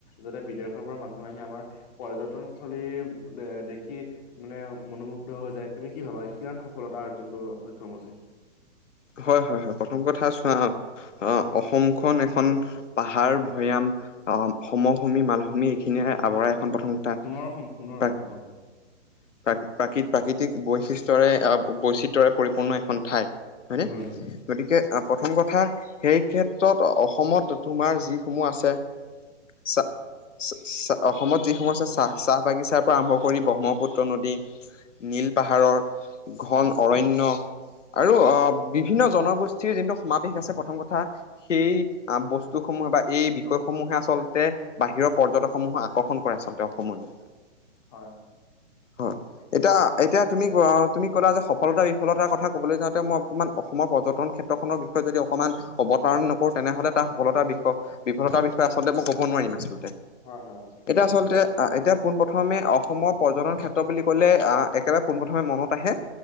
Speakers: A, on the left; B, on the left.
A: যাতে বিদেশৰ পৰা মানুহ আহি আমাৰ পৰ্যটনস্থলী এ দেখি মানে মনোমুগ্ধ হৈ যায় তুমি কি ভাবা কিমান সফল আৰ্জন ক সক্ষম হৈছে
B: হয় হয় হয় প্ৰথম কথা চোৱা অ অসমখন এখন পাহাৰ ভৈয়াম অ সমভূমি মালভূমি খিনিয়ে
A: হয়
B: আৱৰাই
A: হয়
B: এখন প্ৰথম কথা
A: সোণৰ অসম সোণৰ
B: তাক
A: অসম হয়
B: <inaudible> প্ৰ প্ৰাকৃ প্ৰাকৃতিক বৈশিষ্টয়ৰে বৈচিত্ৰয়ৰে পৰিপূৰ্ণ এখন ঠাই হয়নে
A: হয় হয়।
B: গতিকে প্ৰথম কথা সেই ক্ষেত্ৰত অসমত তোমাৰ যিসমূহ আছে চ চাহ অসমত যিসমূহ আছে চাহ চাহ বাগিচাৰ পৰা আৰম্ভ কৰি ব্ৰহ্মপুত্ৰ নদী নীল পাহাৰৰ ঘন অৰণ্য আৰু আহ বিভিন্ন জনগোষ্ঠীৰ যিটো সমাৱেশ আছে প্ৰথম কথা সেই বস্তু <unintelligible> ৰবা এই বিষয়ে সমূহে আচলতে বাহিৰৰ পৰ্যটক সমূহক আকৰ্ষণ কৰে আচলতে অসমলৈ।
A: হয়-হয়।
B: হয় এতিয়া-এতিয়া, তুমি -তুমি ক'লা যে সফলতা বিফলতাৰ কথা কবলৈ যাওঁতে মই অকমান অসমৰ পৰ্যটন ক্ষেত্ৰখনৰ বিষয়ে যদি অকমান অৱতাৰণ নকৰো তেনেহলে তাৰ সফলতাৰ বিসয় বিফলতাৰ বিসয় আচলতে মই ক'ব নোৱাৰিম আচল
A: হয় হয় হয়।
B: এতিয়া আচলতে এতিয়া পোন প্ৰথমে অসমৰ পৰ্যটন ক্ষেত্ৰ বুলি কলে আহ একেবাৰে পোনপ্ৰথমে মনত আহে